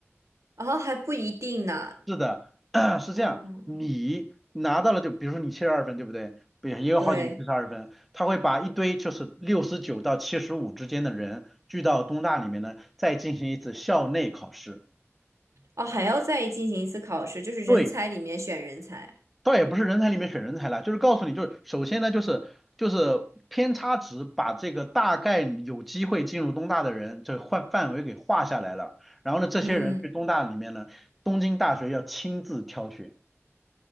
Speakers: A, on the right; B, in the centre.
A: 然后还不一定呢，
B: 是的，<clears throat> 是这样，
A: 嗯，
B: 你拿到了就比如说你七十二分，对不对？不也有好几个七十二分，
A: 对，
B: 他会把一堆就是六十九到七十五之间的人聚到东大里面呢，再进行一次校内考试。
A: 哦，还要再进行一次考试，就是人才里面选人才，
B: 对，倒也不是人才里面选人才啦，就是告诉你，就是首先呢，就是就是偏差值把这个大概有机会进入东大的人这范范围给划下来了，然后呢，这些人去东大里面呢，
A: 嗯，
B: 东京大学要亲自挑选。